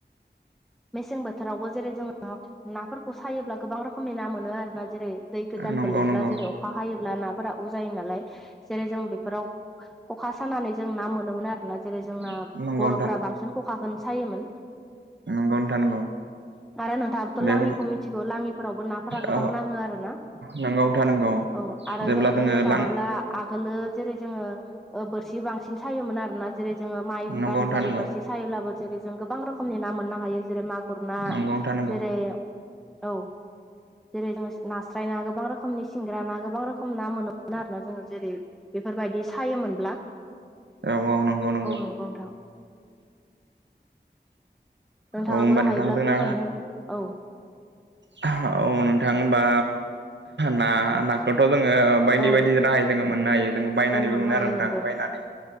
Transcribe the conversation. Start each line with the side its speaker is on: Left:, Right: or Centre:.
Centre: मेसें बोथोरावबो जेरै जोङो नाफोरखौ सायोब्ला गोबां रोखोमनि ना मोनो आरो जेरै दै गोदानखौ
Right: नंगौ
Centre: लैब्ला
Right: नंगौ नंगौ
Centre: जेरै अखा हायोब्ला नाफोरा उ जायो नालाय जेरै जों बेफोराव खखा सानानै जों ना मोनोमोन आरोना जेरै जोंना
Right: नंगौ
Centre: बर'फ्रा बांसिन खखाखौनो सायोमोन
Right: नोंगौ नोंथाङ नंगौ
Centre: आरो नोंथाङाबोथ'
Right: बेफोर
Centre: लाङिखौ मिथिगौ लाङिफोरावबो नाफोरा गोबां
Right: औ
Centre: नाङो आरो ना
Right: नंगौ नोंथां नंगौ
Centre: औ आरो
Right: जेब्ला
Centre: जोङो बुंनो थाङोब्ला
Right: लां
Centre: आगोलो जेरै जोङो बोरसि बांसिन सायोमोन आरोना जेरै जोङो माइ
Right: नंगौ
Centre: बारि
Right: नोंथां
Centre: बारि
Right: नंगौ
Centre: बोरसि सायोब्लाबो जेरै जों गोबां रोखोमनि ना मोननो हायो जेरै मागुर ना
Right: नंगौ नोंथां नंगौ
Centre: जेरै औ जेरै जोङ नास्राय ना गोबां रोखोमनि सिंग्रा ना गोबां रोखोम ना मोनोमोन आरो ना जोङो जेरै बेफोरबायदि सायोमोनब्ला
Right: औ औ नंगौ नंगौ
Centre: औ नोंथां नोंथाङाबो
Right: औ होमबा
Centre: हायोब्ला
Right: नोंथां जोंना
Centre: बुंनानै हो औ
Right: औ नोंथांबा ना नाखौथ' जोङो बायदि
Centre: औ
Right: बायदि राहाय जोङो मोननो हायो जों बायनानैबो
Centre: औ मोननो
Right: मोनो
Centre: हायो
Right: आरो नोंथां
Centre: नंगौ
Right: बायनानै